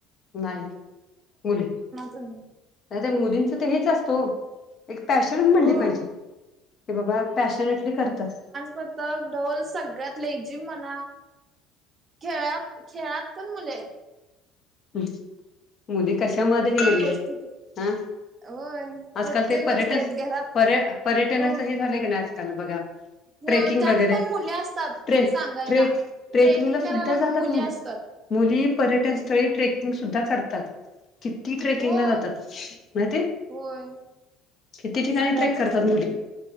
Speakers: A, on the left (about 45°); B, on the right (about 35°).
A: नाही, मुली.
B: तुम्ही
A: नाही तर मुलींच तर हेच असतो ओ एक पॅशनच म्हणली
B: हो
A: पाहिजे, की बाबा पॅशीनेटली करतात.
B: पतक, ढोल सगळ्यात लेझीम म्हणा खेळा, खेळात पण मुली आहेत.
A: हम्, मुली कशामध्येही
B: प्रत्येक
A: नाहीये.
B: गोष्टीत
A: आ?
B: होय
A: आजकाल
B: प्रत्येक
A: ते पर्यटन
B: गोष्ट आहेत घरात
A: पर्य पर्यटनाचं
B: हो
A: हे झालं की नाही आजकाल बघा
B: हो
A: ट्रेकिंग
B: त्यात
A: वगैरे,
B: पण मुली असतात
A: ट्रे
B: सांगायला.
A: ट्रेक ट्रेकिंगला
B: ट्रेनिंग
A: सुद्धा
B: करायला
A: जातात मुली.
B: असतात.
A: मुली पर्यटनस्थळी ट्रेकिंग सुद्धा करतात, किती ट्रेकिंगला
B: होय
A: जातात. माहितीये?
B: होय,
A: किती ठिकाणी
B: सगळ्या
A: ट्रेक
B: गोष्टीत
A: करतात
B: मुली.